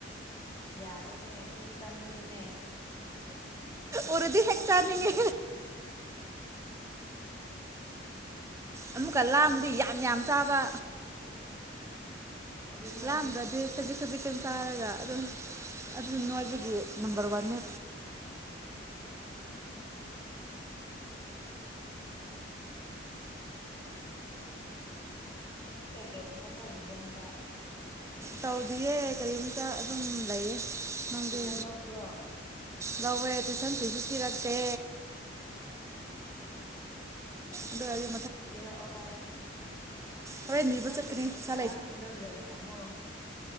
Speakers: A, on the left (about 15°); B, on the right (about 15°).
A: ꯌꯥꯗꯦꯅꯦ ꯑꯗꯨꯝ ꯆꯥꯅꯤꯡꯉꯤꯅꯦ
B: ꯎꯔꯗꯤꯗꯤ ꯍꯦꯛ ꯆꯥꯅꯤꯡꯉꯦ ꯑꯃꯨꯛꯀ ꯂꯥꯝꯕꯗꯤ ꯌꯥꯝ ꯌꯥꯝ ꯆꯥꯕ
A: ꯑꯗꯨꯅꯦ
B: ꯂꯝꯗꯔꯗꯤ ꯈꯥꯖꯤꯛ ꯈꯥꯖꯤꯛ ꯆꯥꯔꯒ ꯑꯗꯨꯝ ꯑꯗꯨ ꯅꯣꯏꯕꯒꯤ ꯅꯝꯕꯔ ꯋꯥꯟꯅꯦ
A: ꯅꯣꯏꯗꯤ ꯀꯩꯀꯩ ꯊꯕꯛ ꯇꯧꯔꯤꯒꯦ ꯍꯟꯗꯛ
B: ꯇꯧꯗꯤꯌꯦ ꯀꯔꯤꯝꯇ ꯑꯗꯨꯝ ꯂꯩꯌꯦ ꯅꯪꯗꯤ
A: ꯇꯨꯏꯁꯟ ꯂꯧꯕ꯭ꯔꯣ
B: ꯂꯎꯋꯦ ꯑꯗꯨꯨ ꯁꯥꯟꯇ ꯅꯨꯄꯤꯔꯛꯇꯦ ꯑꯗꯣ ꯍꯥꯏꯒ
A: ꯄꯤꯔꯛꯑꯣ ꯍꯥꯏꯣ
B: ꯍꯣꯔꯦꯟ ꯅꯤꯕ
A: ꯑꯉꯥꯡꯁꯤꯡ
B: ꯆꯠꯀꯅꯤ ꯄꯩꯁꯥ
A: ꯑꯉꯥꯡꯁꯤꯡꯗꯣ ꯖꯦꯜ ꯊꯝꯃꯣ